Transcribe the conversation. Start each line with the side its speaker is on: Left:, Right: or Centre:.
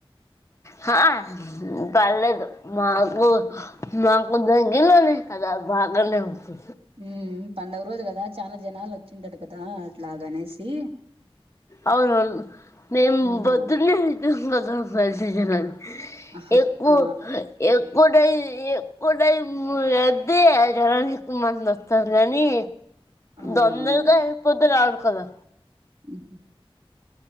Left: హా పర్లేదు మాకు
Right: ఆ
Left: మాకు దగ్గర్లోనే కదా బాగానే ఉంది
Right: ఉమ్ పండుగ రోజు కదా చాలా జనాలు వచ్చుంటారు కదా అట్లాగనేసి
Left: అవునవును మేం
Right: హ్మ్.
Left: పొద్దున్నే వెళ్ళిపోయాం కదా దర్శనానికి
Right: ఆహా!
Left: ఎక్కువ
Right: ఆ!
Left: ఎక్కువ టైమ్ ఎక్కువ టైం అయితే జనాలు ఎక్కువ మంది వస్తారు అని
Right: అవునవును.
Left: తొందరగా వెళ్ళిపోతున్నాం కదా
Right: ఉహు